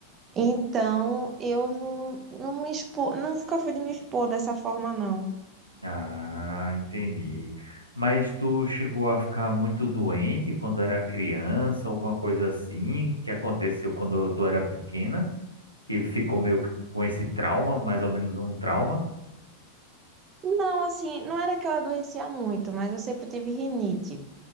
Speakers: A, on the right (about 25°); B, on the right (about 80°).
A: então eu não, não me expo, nunca fui de me expor dessa forma, não.
B: Ah, entendi. Mas tu chegou a ficar muito doente quando era criança, alguma coisa assim que aconteceu quando tu era pequena, que ficou meio que com esse trauma, mais ou menos um trauma?
A: Não, assim, não era que eu adoecia muito, mas eu sempre tive rinite.